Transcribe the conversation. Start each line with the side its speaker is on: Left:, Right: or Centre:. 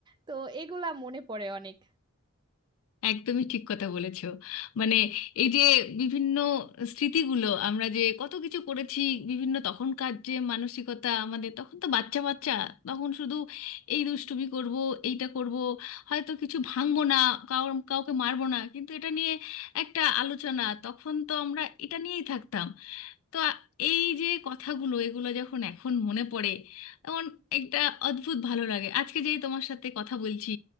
Right: তো এগুলা মনে পড়ে অনেক
Left: একদমই ঠিক কথা বলেছো মানে এই যে বিভিন্ন স্মৃতিগুলো আমরা যে কত কিছু করেছি বিভিন্ন তখনকার যে মানসিকতা আমাদের তখন তো বাচ্চা বাচ্চা তখন শুধু এই দুষ্টুমি করব এইটা করব হয়তো কিছু ভাঙবো না কাউর কাউকে মারবো না কিন্তু এটা নিয়ে একটা আলোচনা তখন তো আমরা এটা নিয়েই থাকতাম তো আ- এই যে কথাগুলো এগুলো যখন এখন মনে পড়ে এমন একটা অদ্ভুত ভালো লাগে আজকে যেই তোমার সাথে কথা বলছি